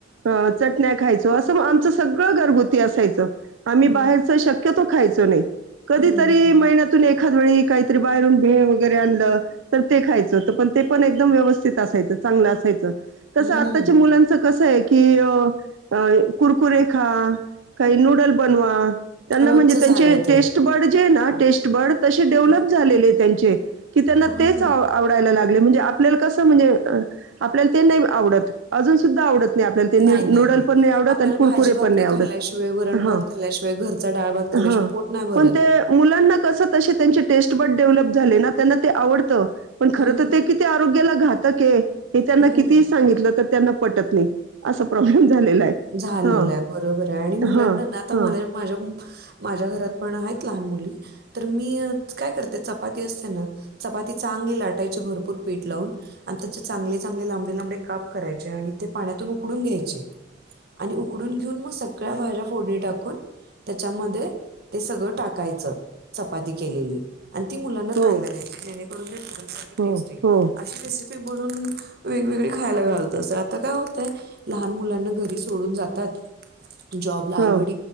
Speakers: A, on the right; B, on the right.
A: चटण्या खायचो असं आमचं सगळं घरगुती असायचं आम्ही
B: हं,
A: बाहेरच शक तो खायच नाही कधीतरी
B: हं,
A: महिन्यातून एखाद वेळी काहीतरी बाहेरून भे वगैरे आणलं तर ते खायचं तर पण ते पण एकदम व्यवस्थित असायचं चांगलं असायचं तसं
B: हं.
A: आताच्या मुलांचं कसं आहे की कि अ कुरकुरे खा काही नूडल बनवा त्यांना
B: रोजचं
A: म्हणजे
B: झालंय
A: त्यांचे टेस्ट
B: ते.
A: बे बर् त डेव्हलप
B: हं,
A: झाले त्यां त्यां
B: हां.
A: आवडायला लाग म्हणजे आपल्या कस म्हणजे आपल्याला नाही आवत अजून सुधा आव ला नूड
B: नाही, नाही,
A: पण नाही आवडत
B: आपल्याला
A: आणि कुरकुरे
B: भाजी-भाकरी
A: पण नाही आवडत
B: खाल्ल्याशिवाय, वरण-भात
A: हा
B: खाल्ल्याशिवाय, घरचा डाळ-भात खाल्ल्याशिवाय
A: हा
B: पोट नाही भरत.
A: पण ते मुलांना कस त त्यां टेस्ट ब डेव्हलप झाले ना त्यांना ते आवडत पण खर
B: हं,
A: तर ते आरोग्याला घातक आहे हे त्यांना
B: हं.
A: किती सांगितलं तर त्यांना पटत नाही असा प्रॉब्लेम झालेला आहे
B: झालेलं
A: हां,
B: आहे बरोबर आहे आणि मुलांना
A: हां,
B: ना आता
A: हां.
B: मला माझ्या माझ्या घरात पण आहेत लहान मुली तर मी काय करते चपाती असते ना चपाती चांगली लाटायची भरपूर पीठ लावून आणि त्याचे चांगले चांगले लांबडे लांबडे काप करायचे आणि ते पाण्यातून उकडून घ्यायचे आणि उकडून घेऊन मग सगळ्या भाज्या फोडीणी टाकून त्याच्यामध्ये ते सगळं टाकायचं चपाती केलेली आणि ती मुलांना
A: हो,
B: खायला घ्यायची जेणेकरून ते नूडल् सारखी
A: हो,
B: टेस्ट आहे
A: हो,
B: अशी रेसिपी बून वेगवेगळी खायला घालत अस आता काय होतंय लहान मुलांना घरी सोडून जात जब आवड
A: हो,